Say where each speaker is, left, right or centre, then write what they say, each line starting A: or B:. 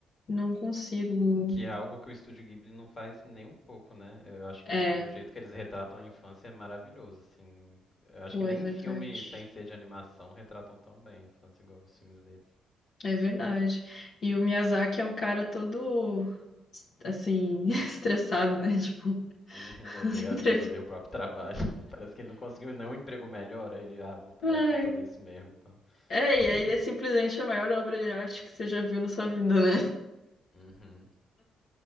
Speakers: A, on the left; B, on the left.
A: não consigo.
B: Que é algo que o Estúdio Ghibli não faz nem um pouco, né? Eu acho
A: É,
B: que o, o jeito que eles retratam a infância é maravilhoso, assim. Eu acho
A: pô,
B: que nem
A: é verdade.
B: em filme sem ser de animação retratam tão bem a infância igual os filmes deles.
A: É verdade. E o Miyazaki é um cara todo, assim, <laughs> estressado, né? Tipo,
B: Uhum,
A: <laughs>
B: odeio
A: as entrevistas.
B: a vida, odeia o próprio trabalho. <laughs> Parece que ele não conseguiu nenhum emprego melhor. Aí ele, ah, vou,
A: Ai,
B: é, vou fazer isso mesmo, então.
A: é,
B: <laughs>
A: e aí é simplesmente a maior obra de arte que você já viu na sua vida, né?
B: Uhum,